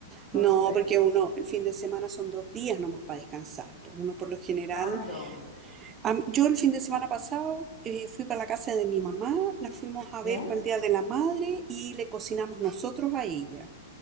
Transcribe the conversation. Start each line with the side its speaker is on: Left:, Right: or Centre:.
Left: Entonces,
Right: No, porque uno, el fin de semana son dos días nomás para descansar. pues, Uno por lo general,
Left: claro.
Right: a mí- yo el fin de semana pasado eh, fui para la casa de mi mamá, la fuimos a
Left: ¿Ya?
Right: ver para el Día de la Madre y le cocinamos nosotros a ella.